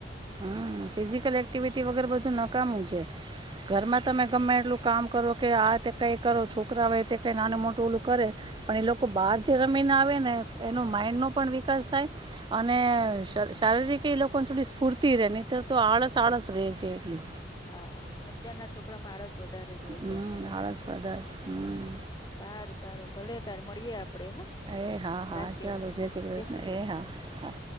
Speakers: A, on the right; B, on the left.
A: હમ્મ ફિઝિકલ એકટિવિટી વગર બધું ન કામું છે. ઘરમાં તમે ગમે એટલું કામ કરો કે આ તે કઈ કરો છોકરાઓ એ તે નાનું મોટું ઓલું કરે પણ એ લોકો બહાર જે રમ મી ને આવે ને એનો માઈન્ડ નો પણ વિકાસ થાય અને શ-શારીરિક એ લોકો થોડી સ્ફૂર્તિ રહે નીતર તો આળસ આળસ રે છે એકલું.
B: હા, અત્યારના છોકરા માં આળસ વધારે જોય
A: હમ
B: છે એમને મેં.
A: આળસ વધારે હમ
B: સારું, સારું. ભલે તારે મળીએ આપ પડે હ
A: એ હા હા
B: રાખીએ
A: ચાલો
B: હવે હ જય શ્રી કૃષ્ણ.
A: એ હા હા